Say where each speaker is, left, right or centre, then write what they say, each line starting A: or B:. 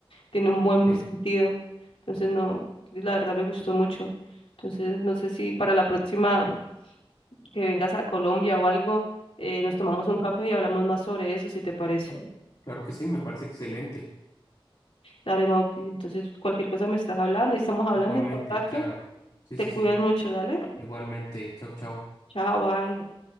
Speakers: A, on the left (about 75°); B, on the left (about 50°).
A: Tiene un buen
B: Sí,
A: sentido. Entonces, no, la verdad me gustó mucho. Entonces, no sé si para la próxima que vengas a Colombia o algo, eh, nos tomamos un café y hablamos más sobre eso, si te parece.
B: claro que sí, me parece excelente.
A: Dale, no, Cris, entonces cualquier cosa me estás hablando, ahí estamos hablando
B: Igualmente,
A: en contacto.
B: claro. Sí,
A: Te
B: sí,
A: cuidas
B: sí.
A: mucho, dale.
B: Igualmente. Chau, chau.
A: Chao, bye.